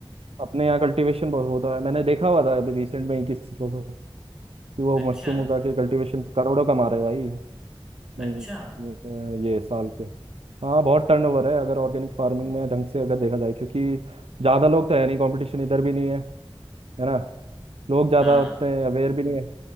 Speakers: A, on the right (about 85°); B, in the centre.
A: अपने यहाँ कल्टीवेशन बहुत होता है मैंने देखा हुआ था अभी रिसेंट में ही किसी को तो, कि वो
B: अच्छा
A: मशरूम उगा के कल्टीवेशन करोड़ों कमा रहे हैं भाई
B: अच्छा
A: नहीं ये साल के हाँ बहुत टर्नओवर है अगर ऑर्गेनिक फार्मिंग में ढंग से अगर देखा जाए क्योंकि ज़्यादा लोग तो है नहीं कंपटीशन इधर भी नहीं है है ना लोग ज़्यादा
B: हाँ
A: होते हैं अवेयर भी नहीं है